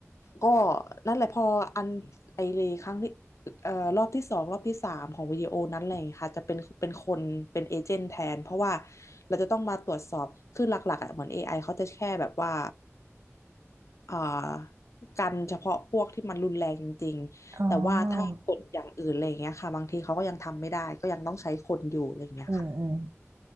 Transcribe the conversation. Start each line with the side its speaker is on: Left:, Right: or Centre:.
Left: ก็นั่นแหละพออันไอเลครั้งที่เอ่อรอบที่สองรอบที่สามของวิดีโอนั้นอะไรอย่างเงี้ยค่ะจะเป็นเป็นคนเป็นเอเจนต์แทนเพราะว่าเราจะต้องมาตรวจสอบคือหลักๆอ่ะเหมือน AI เขาจะแค่แบบว่าอ่ากันเฉพาะพวกที่มันรุนแรงจริงๆแต่ว่าถ้ากดอย่างอื่นอะไรอย่างเงี้ยค่ะบางทีเขาก็ยังทำไม่ได้ก็ยังต้องใช้คนอยู่อะไรอย่างเงี้ยค่ะ
Right: อ๋ออืมอืม